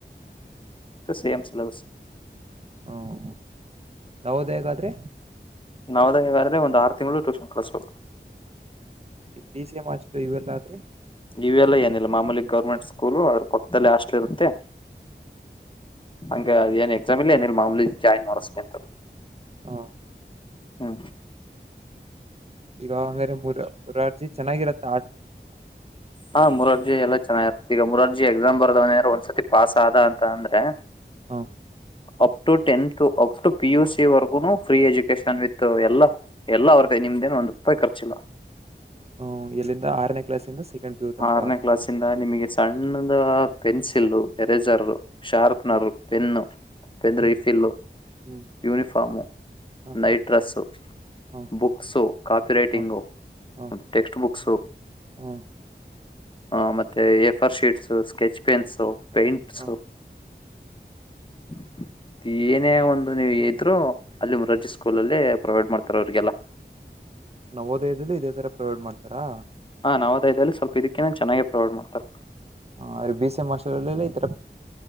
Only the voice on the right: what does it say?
ಹ್ಮ ಯವುದ ಹೇಗಾದ್ರೆ
ಈ ಬಿ ಸಿ ಎ ಮಾಷ್ಟರು ಇವೆಲ್ಲ ಆದ್ರೆ
ಹಾ
ಈಗ ಹಂಗ್ರೆ ಮುರ ಮುರಾರ್ಜಿ ಚೆನ್ನಾಗಿರತ್ತೆ
ಹಾ
ಹ್ಮ್ ಎಲ್ಲಿಂದ ಆರನೇ ಕ್ಲಾಸಿಂದ ಸೆಕೆಂಡ್ ಪಿ ಯು ತನಕ
ಹ್ಮ್
ಹ್ಮ್
ಹ್ಮ್
ಹ
ಹ
ಹ ಹ
ಹ
ಹ
ನಾ ಓದಯದಲ್ಲಿ ಇದೇ ತರ ಪ್ರೊವೈಡ್ ಮಾಡ್ತಾರಾ
ಹಾ ಬಿಸಿಎಂ ಹಾಸ್ಟೆಲ್ ಜಲಿತ್